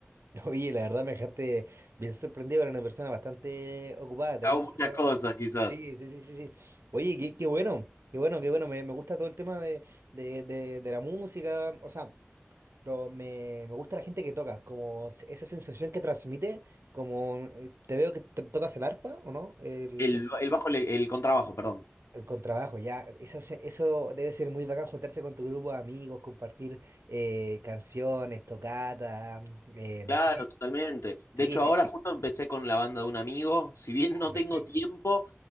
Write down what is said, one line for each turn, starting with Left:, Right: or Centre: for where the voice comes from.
Right: Oye, la verdad me dejaste bien sorprendido, eres una persona bastante ocupada, ¿te
Left: Hago
Right: gusta? estar-
Left: muchas cosas, quizás.
Right: Sí, sí, sí, sí, sí. Oye, qué, qué bueno, qué bueno, qué bueno, me, me gusta todo el tema de, de, de de la música, o sea... Pero me, me gusta la gente que toca, como se- esa sensación que transmite, como eh, te veo que te- tocas el arpa, ¿o no? El,
Left: El, el bajo, le- el contrabajo, perdón.
Right: el contrabajo, ya. Esa se- eso debe ser muy bacán juntarse con tu grupo de amigos, compartir eh, canciones, tocata, eh, no
Left: Claro,
Right: sé.
Left: totalmente. De
Right: Sí,
Left: hecho,
Right: eh,
Left: ahora justo empecé con la banda de un amigo. Si bien
Right: ah,
Left: no
Right: perfecto,
Left: tengo tiempo,